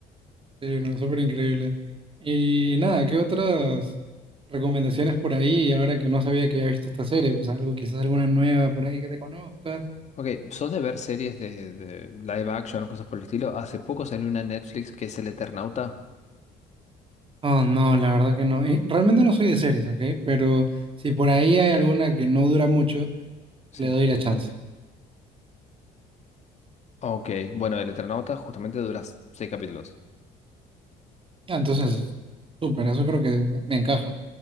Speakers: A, on the right; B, on the left.
A: Sí, no, súper increíble. Y nada, ¿qué otras recomendaciones por ahí? Ahora que no sabía que había visto esta serie, pues algo, quizás alguna nueva por ahí que te conozcas.
B: Ok, ¿sos de ver series de, de live action o cosas por el estilo? Hace poco salió una en Netflix que es El Eternauta.
A: Oh, no, la verdad que no. Eh, realmente no soy de series, ¿ok? Pero si por ahí hay alguna que no dura mucho,
B: Sí.
A: le doy la chance.
B: Ok, bueno, El Eternauta justamente dura seis capítulos.
A: Ah, entonces, súper, eso creo que me encaja.